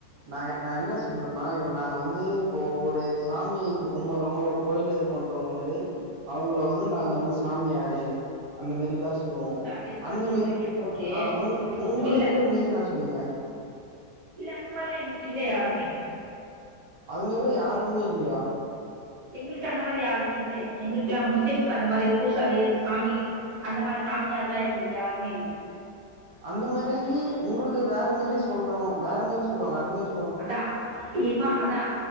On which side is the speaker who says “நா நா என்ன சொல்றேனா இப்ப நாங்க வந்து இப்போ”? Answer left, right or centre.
Right